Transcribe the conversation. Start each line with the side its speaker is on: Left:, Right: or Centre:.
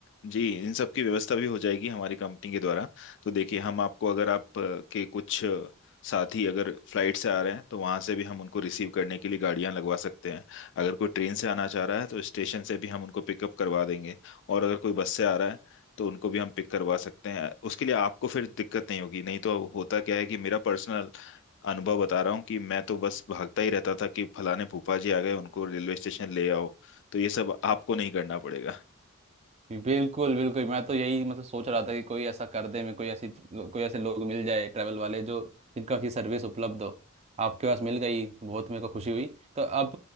Left: जी इन सब की व्यवस्था भी हो जाएगी हमारी कंपनी के द्वारा तो देखिए हम आपको अगर आप अ, के कुछ अ, साथी अगर फ्लाइट से आ रहे हैं तो वहां से भी हम उनको रिसीव करने के लिए गाड़ियां लगवा सकते हैं अगर कोई ट्रेन से आना चाह रहा है तो स्टेशन से भी हम उनको पिकअप करवा देंगे और अगर कोई बस से आ रहा है तो उनको भी हम पिक करवा सकते हैं उसके लिए आपको फिर दिक्कत नहीं होगी नहीं तो होता क्या है कि मेरा पर्सनल अनुभव बता रहा हूँ कि मैं तो बस भागता ही रहता था कि फलाने फूफा जी आ गए उनको रेलवे स्टेशन ले आओ तो ये सब आपको नहीं करना पड़ेगा
Right: बिल्कुल बिल्कुल मैं तो यही मतलब सोच रहा था कि कोई ऐसा कर दे मैं कोई ऐसी कोई ऐसे लोग मिल जाए ट्रैवल वाले जो जिनका अच्छी सर्विस उपलब्ध हो आपके पास मिल गई बहुत मेरे को खुशी हुई तो अब